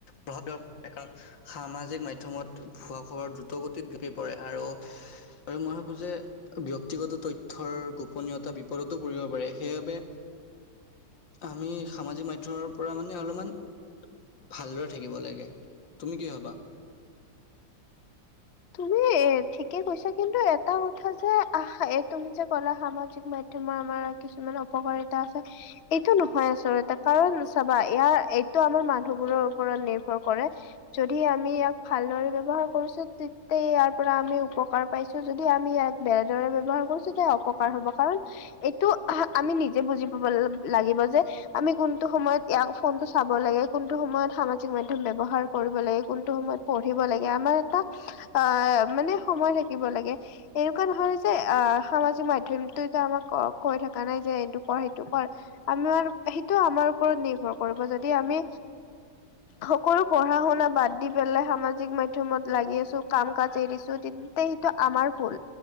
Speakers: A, on the left (about 80°); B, on the left (about 45°).
A: প্ৰভাৱ <unintelligible> কাৰণ, সামাজিক মাধ্যমত ভুৱা খবৰ দ্ৰুত গতিত বিয়পি পৰে, আৰু আৰু মই ভাবো যে, ব্যক্তি ব্যক্তিগত তথ্যৰ গোপনীয়তা বিপদতো পৰিব পাৰে, সেইবাবে আমি সামাজিক মাধ্যমৰ পৰা মানে অলপমান ভালদৰে থাকিব লাগে, তুমি কি ভাবা?
B: তুমি, এ ঠিকে কৈছা কিন্তু এটা কথা যে, আহ তুমি যে কলা সামাজিক মাধ্যমৰ আমাৰ কিছুমান অপকাৰিতা আছে, এইটো নহয় আচলতে, কাৰণ চাবা ইয়াৰ ত' আমাৰ মানুহবোৰৰ ওপৰত নিৰ্ভৰ কৰে। যদি আমি ইয়াক ভালদৰে ব্যৱহাৰ কৰিছো তে তে ইয়াৰ পৰা আমি উপকাৰ পাইছো, যদি আমি ইয়াক বেয়াদৰে ব্যৱহাৰ কৰিছো, তেতিয়া অপকাৰ হব। কাৰণ এইটো, আমি নিজে বুজি পাব লাগিব যে, আমি কোনটো সময়ত ইয়াক ফোনটো চাব লা গে, কোনটো সময়ত সামাজিক মাধ্যয়ম ব্যৱহাৰ কৰিব লাগে, কোনটো সময়ত পঢ়িব লাগে। আমাৰ এটা আহ, মানে সময় থাকিব লাগে। এনেকুৱা নহয় যে, আহ, সামাজিক মাধ্যয়ম টো এতিয়া আমাক কৈ থকা নাই যে, এইটো কৰ' সেইটো কৰ'। আমাৰ, সেইটো আমাৰ ওপৰত নিৰ্ভৰ কৰিব, যদি আমি সকলো পঢ়া শুনা বাদ দি পেলাই সামাজিক মাধ্যয়মত লাগি আছো কাম কাজ এৰিছো, তেন্তে সেইটো আমাৰ ভুল।